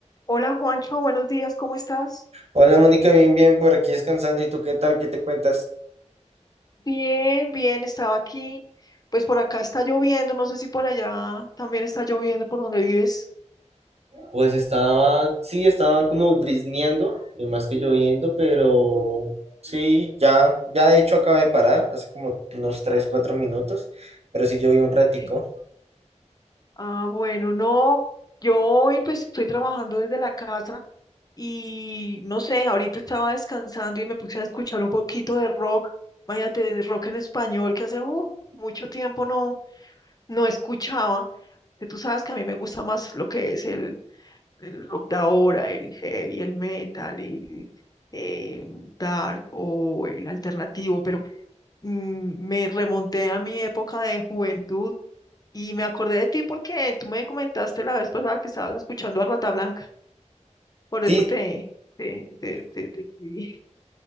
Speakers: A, on the left (about 30°); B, on the right (about 55°).
A: Hola Juancho, buenos días, ¿cómo estás?
B: Hola Mónica, bien, bien, por aquí descansando. ¿Y tú qué tal? ¿Qué te cuentas?
A: Bien, bien, estaba aquí. Pues por acá está lloviendo, no sé si por allá también está lloviendo por donde vives.
B: Pues estaba, sí, estaba como brisneando, eh, más que lloviendo, pero sí, ya, ya de hecho acabo de parar hace como unos 3 4 minutos, pero sí llovió un ratico.
A: Sí. Ah, bueno, no, yo hoy pues estoy trabajando desde la casa y no sé, ahorita estaba descansando y me puse a escuchar un poquito de rock, imagínate, de rock en español que hace uh, mucho tiempo no, no escuchaba, que tú sabes que a mí me gusta más lo que es el el rock de ahora, el heavy, el metal, el eh, dark o el alternativo, pero mm, me remonté a mi época de juventud y me acordé de ti porque tú me comentaste la vez pasada que estabas escuchando a Rata Blanca, por eso
B: Sí,
A: te, te, te, te, te escribí.